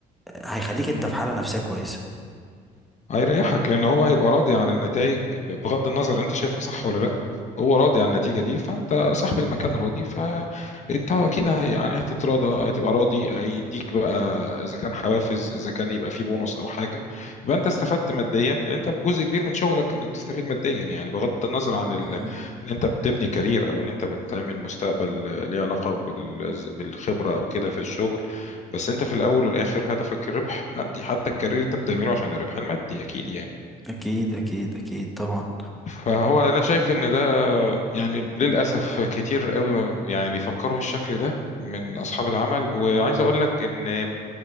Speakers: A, in the centre; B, on the left (about 45°).
A: هيخليك انت
B: مم.
A: في حالة نفسية كويسة
B: هيريحك لان هو هيبقى راضي عن النتائج بغض النظر انت شايفها صح ولا لا هو راضي عن النتيجه دي فانت صاحب المكان راضي فانت اكيد هي- يعني هتتراضى هتبقى راضي هيديك بقى اذا كان حوافز اذا كان يبقى في بونص او حاجه يبقى انت استفدت ماديا لان انت جزء كبير من شغلك انك تستفيد ماديا يعني بغض النظر عن ال...
A: مم.
B: ان انت بتبني كارير او ان انت بتعمل مستقبل ليه علاقه بال... بالخبره او كده في الشغل بس انت في الاول والاخر هدفك الربح مادي حتى الكارير انت بتعمله عشان الربح المادي اكيد يعني
A: اكيد اكيد اكيد طبعا
B: فهو انا شايف ان ده يعني للاسف كتير قوي ما- يعني بيفكروا بالشكل ده من اصحاب العمل وعايز اقول لك ان